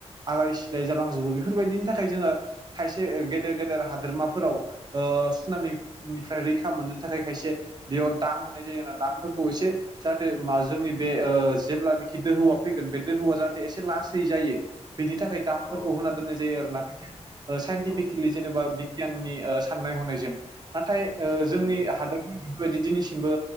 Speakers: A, on the right (about 35°); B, on the left (about 40°).
A: आलाय सिलाय जालांजोबो बेफोरबायदिनि थाखाय जोंङो खायसे गेदेर गेदेर हादोरमाफोराव ओ सुनामिनिफ्राय रैखा मोननो थाखाय खायसे बेयाव दाम होनाय जायो आरो दामफोरखौ एसे जाहाथे मा जोंनि बे ओ जेब्लानाखि दोहौआ फैगोन बे दोहौआ जाहाथे एसे लासै जायो। बेनि थाखाय दामफोरखौ
B: औ
A: होना दोननाय जायो आरो ना खायसे साइनटिफिकेलि
B: औ
A: जेनेबा बिगियाननि ओ साननाय हनायजों नाथाय ओ
B: औ
A: जोंनि
B: नंगौ
A: हादोरफोराव बेबायदि दिनैसिमबो